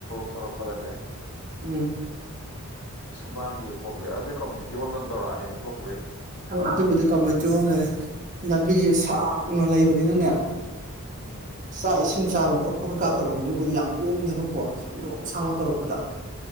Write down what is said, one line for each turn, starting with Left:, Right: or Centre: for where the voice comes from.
Left: ꯊꯣꯛꯂꯛꯄ ꯅꯠꯇꯦ
Right: ꯎꯝ
Left: ꯁꯨꯕꯥꯒꯤ ꯄꯣ꯭ꯂꯦꯝ ꯑꯗꯨꯗꯤ ꯀꯃꯨꯅꯤꯇꯤ ꯍꯣꯜ ꯑꯃꯝꯧꯔꯛꯑꯅꯤꯗꯤ ꯊꯣꯛ
Right: ꯑꯗꯨ ꯀꯃꯇ ꯍꯔꯦ ꯂꯕꯤꯁꯤ ꯁꯥꯡꯅ ꯂꯩꯕꯅꯤꯅꯅꯦ
Left: ꯎꯝ
Right: ꯁꯥꯏ ꯏꯁꯤꯡ ꯆꯥꯕ ꯈꯣꯠꯄ ꯀꯩꯀꯥ ꯇꯧꯕꯒꯤꯕꯨꯗꯤ ꯌꯥꯝ ꯀꯣꯝꯅꯦꯕꯀꯣ ꯁꯪꯗꯣꯛ ꯁꯥꯡꯅ ꯇꯧꯔꯛꯄꯗ